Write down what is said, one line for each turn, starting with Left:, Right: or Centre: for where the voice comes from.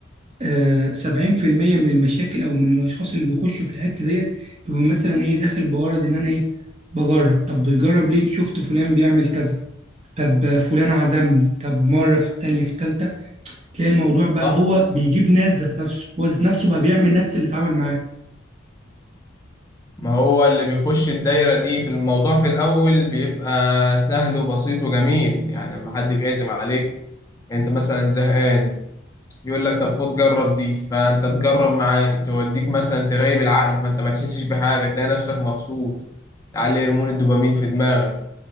Right: آه، 70% من المشاكل او من الاشخاص اللي بيخشوا في الحتة ديت بيبقى مثلا ايه داخل بغرض ان انا ايه بجرب طب بتجرب ليه شفت فلان بيعمل كذا طب آه، فلان عزمني طب مرة في التانية في التالتة تلاقي الموضوع بقى
Left: صح؟
Right: هو بيجيب ناس ذات نفسه هو ذات نفسه بقى بيعمل نفس اللي اتعمل معاه
Left: ما هو اللي بيخش الدايرة دي في الموضوع في الأول بيبقى سهل وبسيط وجميل يعني لما حد بيعزم عليك أنت مثلا زهقان يقول لك طب خد جرب دي فأنت تجرب معاه توديك مثلا تغيب العقل فأنت ما تحسش بحاجة تلاقي نفسك مبسوط تعلي هرمون الدوبامين في دماغك